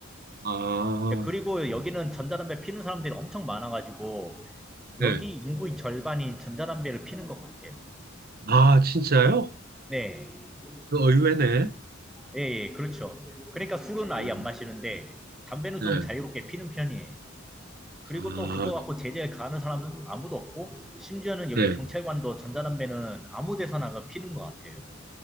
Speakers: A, on the right; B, in the centre.
A: 아,
B: 예, 그리고
A: 음,
B: 여기는 전자담배 피는 사람들이 엄청 많아가지고
A: 네.
B: 여기 인구의 절반이 전자담배를 피는 것 같아요.
A: 아, 진짜요?
B: 네.
A: 그 의외네.
B: 예, 예, 그렇죠. 그러니까 술은 아예
A: 음,
B: 안 마시는데 담배는
A: 네.
B: 좀 자유롭게 피는 편이에요. 그리고
A: 아,
B: 또 그거 갖고
A: 그-
B: 제재 가하는 사람은 아무도 없고 심지어는 여기
A: 네.
B: 경찰관도 전자담배는 아무 데서나 그 피는 것 같아요.